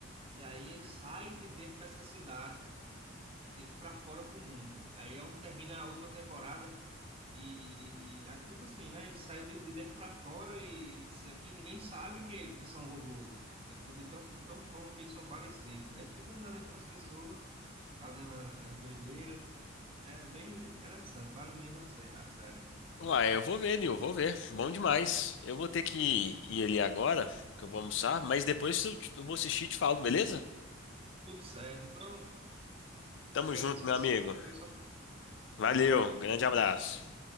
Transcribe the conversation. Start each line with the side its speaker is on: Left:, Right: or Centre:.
Right: e aí eles saem de dentro dessa cidade para fora pro mundo. Aí é onde termina a última temporada e, e- aí tipo assim, né, eles saem de, de dentro para fora e isso aqui ninguém sabe que que são robôs. É quando- De tão, de tão forma que eles são parecidos. Aí fica andando entre as pessoas, fazendo a- as doideiras. É bem interessante, vale mesmo a, sé- a série.
Left: Uai, eu vou ver, Nil, vou ver. Bom demais. Eu vou ter que ir ali agora, que eu vou almoçar, mas depois eu, te- eu vou assistir e te falo, beleza?
Right: Tudo certo, então
Left: Tamo
Right: fica
Left: junto,
Right: aí à disposição,
Left: meu amigo.
Right: qualquer coisa, só me
Left: Valeu,
Right: chamar.
Left: um grande abraço.